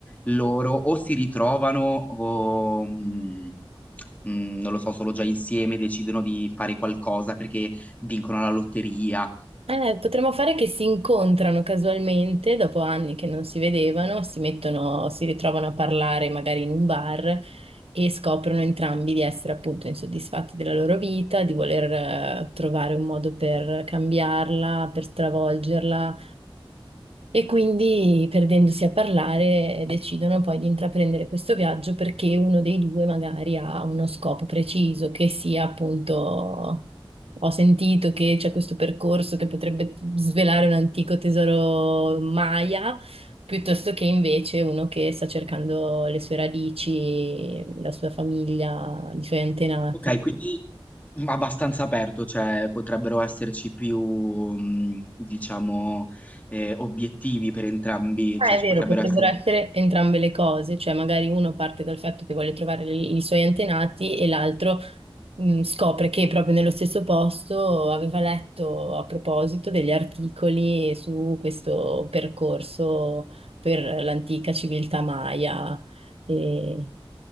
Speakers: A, on the left; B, on the right.
A: loro o si ritrovano o... mm, mm, non lo so, sono già insieme, decidono di fare qualcosa perché vincono la lotteria.
B: Eh, potremmo fare che si incontrano casualmente dopo anni che non si vedevano, si mettono, si ritrovano a parlare magari in un bar e scoprono entrambi di essere appunto insoddisfatti della loro vita, di voler eh, trovare un modo per cambiarla, per stravolgerla e quindi, perdendosi a parlare, decidono poi di intraprendere questo viaggio perché uno dei due magari ha uno scopo preciso, che sia appunto, ho sentito che c'è questo percorso che potrebbe svelare un antico tesoro Maya, piuttosto che invece uno che sta cercando le sue radici, la sua famiglia, i suoi antenati.
A: Ok, quindi abbastanza aperto, cioè potrebbero esserci più, mm, diciamo, eh, obiettivi per entrambi,
B: Ah,
A: cioè ci
B: è vero,
A: potrebbero
B: potrebbero
A: essere...
B: essere entrambe le cose, cioè magari uno parte dal fatto che vuole trovare i i suoi antenati e l'altro mm, scopre che proprio nello stesso posto aveva letto a proposito degli articoli su questo percorso per l'antica civiltà Maya. E